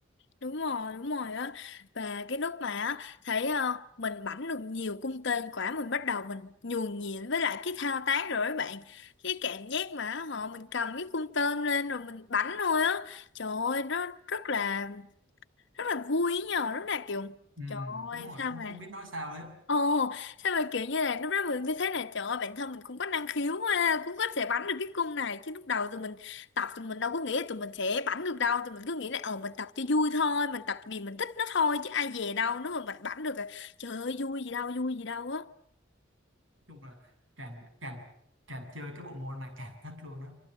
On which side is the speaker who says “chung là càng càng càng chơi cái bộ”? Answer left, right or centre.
Right